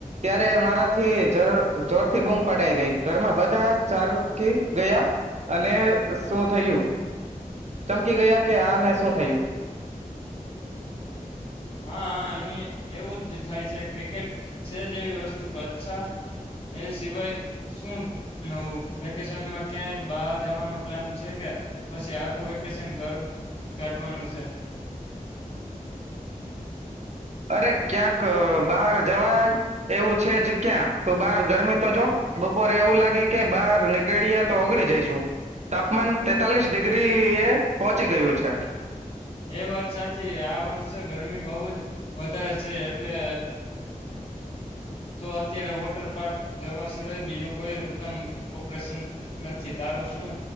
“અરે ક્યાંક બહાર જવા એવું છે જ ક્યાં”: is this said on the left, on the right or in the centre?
Right